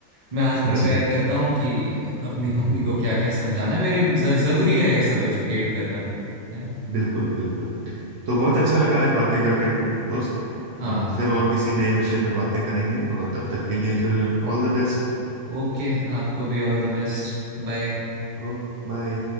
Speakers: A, on the right (about 35°); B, on the right (about 70°).
A: मैं आज प्रिपेयर
B: जी
A: करता हूँ कि अपनी <laughs> मम्मी को क्या क्या समझाना है मेरे ज- जरूरी है ये सब एजुकेट करना भी है ना
B: बिल्कुल बिल्कुल तो बहुत अच्छा लगा आज बातें करके दोस्त
A: हाँ
B: हम फिर और किसी नए विषय पे बातें करेंगे और तब तक के लिए फिर ऑल द बेस्ट
A: ओके आपको भी ऑल द बेस्ट बाय
B: ओ बाय